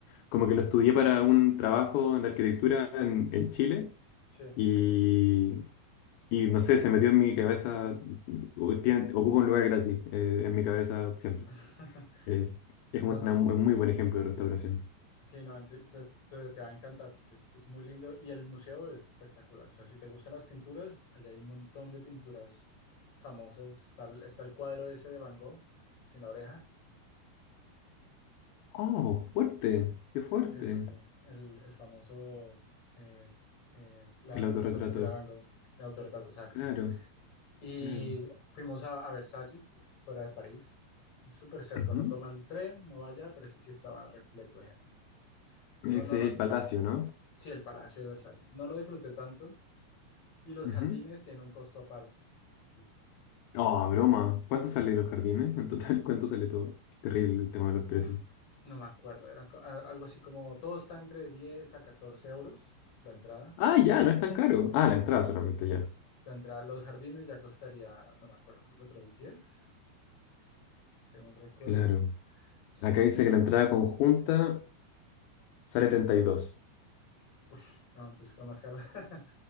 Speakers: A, on the left; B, on the left.
A: Como que lo estudié para un trabajo de arquitectura en en Chile.
B: sí.
A: Y, y no sé, se metió en mi cabeza, o- tiene- ocupa un lugar gratis eh, en mi cabeza siempre.
B: <laughs>
A: Eh, es
B: No,
A: una
B: entonces
A: mu- un muy buen ejemplo de restauración.
B: Sí, no, ent- te, te- te va a encantar porque es, es muy lindo y el museo es espectacular. O sea, si te gustan las pinturas, allá hay un montón de pinturas famosas. Está, el- está el cuadro ese de Van Gogh, sin la oreja.
A: ¡Oh, fuerte! ¡Qué fuerte!
B: Sí, sí, sí. El, el famoso, eh, eh, la,
A: El
B: la
A: autorretrato.
B: famosa pintura de Van Gogh, la autorretrato, exacto.
A: Claro,
B: Y
A: claro.
B: fuimos a, a Versalles, ese es fuera de París. Es súper cerca,
A: Ujú.
B: no toma el tren, no vaya, pero ese sí estaba repleto de gente.
A: Ese
B: No, no, lo,
A: es
B: no-
A: el palacio, ¿no?
B: sí, el Palacio de Versalles. No lo disfruté tanto Y los
A: Ujú.
B: jardines tienen un costo aparte. Entonces,
A: ¡Oh, broma! ¿Cuánto sale los jardines? En total, <laughs> ¿cuánto sale todo? Qué terrible el tema de los
B: uff,
A: precios.
B: no me acuerdo. Era co- a- algo así como todo está entre 10 a 14 euros la entrada.
A: Ah, ya, no es tan caro. Ah, la entrada solamente ya.
B: La entrada a los jardines ya costaría, no me acuerdo, creo que otros 10, según recuerdo.
A: Claro.
B: Sí,
A: Acá dice que la entrada conjunta sale treinta y dos
B: uff, no, entonces fue más caro. <laughs>